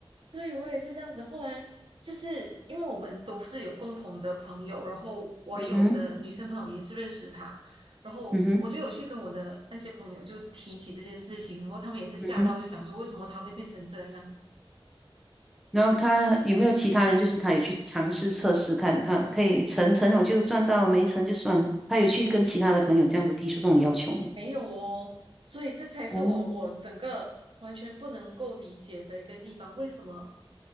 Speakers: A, on the right (about 65°); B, in the centre.
A: 对，我也是这样子。后来就是因为我们都是有共同的朋友，然后我有的女生朋友也是认识他，
B: 嗯哼，
A: 然后我就有去跟我的那些朋友就提起这件事情，
B: 嗯哼，
A: 然后他们也是吓到，
B: 嗯哼。
A: 就讲说为什么他会变成这样？
B: 然后他有没有其他人，就是他有去尝试测试看，啊，可以成成我就赚到，没成就算。他有去跟其他的朋友这样子提出这种要求吗？
A: 没有哦，所以这才是我我整个完全不能够理解的一个地方，
B: 哦，
A: 为什么